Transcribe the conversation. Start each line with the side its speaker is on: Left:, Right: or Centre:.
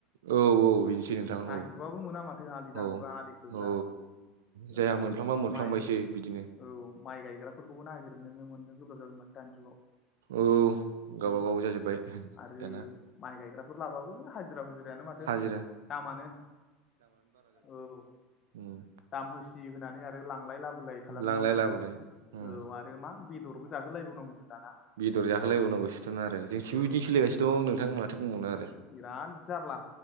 Right: औ बेनोसै नोंथां
Left: नागिरबाबो
Right: औ
Left: मोना माथो आलि दामग्रा
Right: औ
Left: आलि खोग्रा
Right: औ जायहा
Left: औ
Right: मोनफ्लांबा
Left: आरो
Right: मोनफ्लांबायसै
Left: माइ
Right: बिदिनो
Left: औ माइ गायग्राफोरखौबो नागिरनोनो मोननो गोब्राब जाबायमोन दानि जुगाव।
Right: औ गावबा
Left: औ
Right: गाव जाजोब्बाय
Left: आरो
Right: दाना
Left: माइ गायग्राफोर लाबाबो हाजार हिरा हुजिरायानो माथो
Right: हाजिरा
Left: दामानो औ
Right: औ
Left: दाम होसि होनानै आरो लांलाय लाबोलाय खालामनानै
Right: लांलाय
Left: औ
Right: लाबोलाय उम
Left: आरो आरो मा बेदरबो जाहोलायबावनांगौनो दाना
Right: बेदर जाखोलायबावनांगौसोथोन आरो जोंथिबो
Left: औ
Right: बिदिनो सोलिगासिनो दं नोंथां माथो बुंबावनो आरो
Left: बिराद जारला